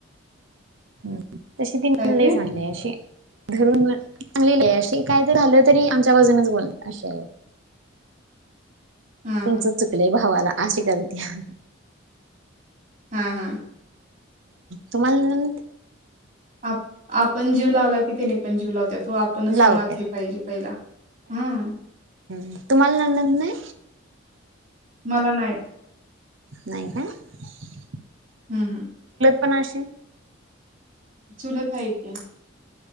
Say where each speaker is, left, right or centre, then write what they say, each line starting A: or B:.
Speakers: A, on the right; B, on the right.
A: हम् तशी ती
B: काय
A: लई
B: ते?
A: चांगली अशी धरून चांगली लई आहे अशी काय तर झालं तरी आमच्या बाजूनच बोललं अशी आहे
B: हां,
A: तुमचं
B: हां.
A: चुकलंय भावाला अशी करत्या आ
B: हा हा
A: तुम्हाला नणंद
B: आप आपण जीव लावला की त्यानी पण जीव लावत्यात तो आपणच
A: लावत्या
B: मुळात हे पाहिजे पहिला हम्म
A: हम् तुम्हाला नणंद नाही?
B: मला नाय य
A: नाय काय -
B: हम्म हम्म
A: पनाशे
B: चूलत हय की.